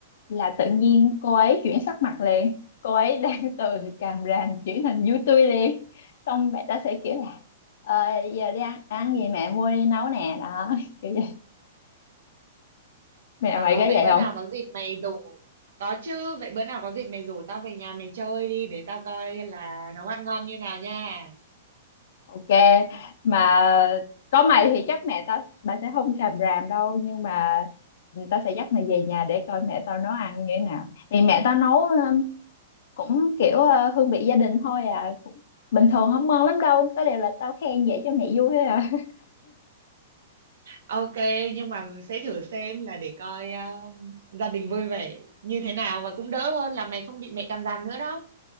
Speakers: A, on the left (about 55°); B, on the right (about 75°).
A: là tự nhiên cô ấy chuyển sắc mặt liền cô ấy <laughs> đang từ càm ràm chuyển thành vui tươi liền xong mẹ ta sẽ kiểu là ờ, giờ đi ăn ăn gì mẹ mua đi nấu nè đó <laughs> kiểu vậy mẹ
B: À,
A: mày có
B: vậy
A: vậy
B: bữa
A: không
B: nào có dịp mày rủ có chứ vậy bữa nào có dịp mày rủ tao về nhà mày chơi đi để tao coi là nấu ăn ngon như nào nha
A: ok mà có mày thì chắc mẹ tao bà sẽ không càm ràm đâu nhưng mà tao sẽ dắt mày về nhà để coi mẹ tao nấu ăn như thế nào thì mẹ tao nấu um, cũng kiểu uh, hương vị gia đình thôi à cũng bình thường không ngon lắm đâu có điều là tao khen vậy cho mẹ vui thôi à
B: ok nhưng mà sẽ thử xem là để coi um, gia đình vui vẻ như thế nào và cũng đỡ hơn là mày không bị mẹ cằn nhằn nữa đó